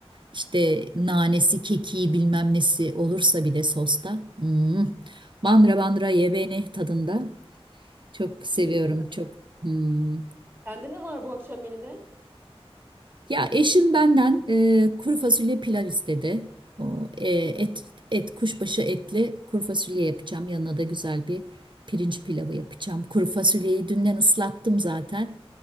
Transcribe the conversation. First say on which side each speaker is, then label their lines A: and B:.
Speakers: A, on the right; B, on the right.
A: İşte nanesi, kekiği bilmem nesi olursa bir de sosta. Hmm. Bandıra bandıra ye beni tadında. Çok seviyorum
B: Değil mi?
A: çok. Hmm.
B: Sende ne var bu akşam menüde?
A: Ya eşim benden e, kuru fasulye pilav istedi. O, e, et,
B: Hı hı.
A: et kuşbaşı etli kuru fasulye yapacağım. Yanına da güzel bir pirinç pilavı yapacağım. Kuru fasulyeyi dünden ıslattım zaten.